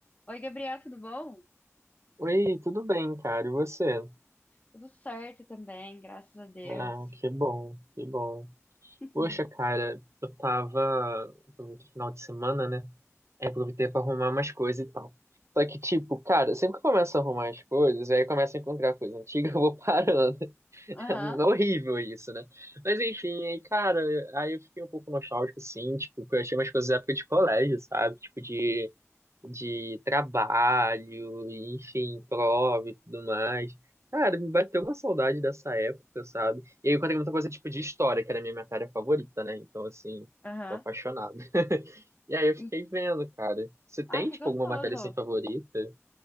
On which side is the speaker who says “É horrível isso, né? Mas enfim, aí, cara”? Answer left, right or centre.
Right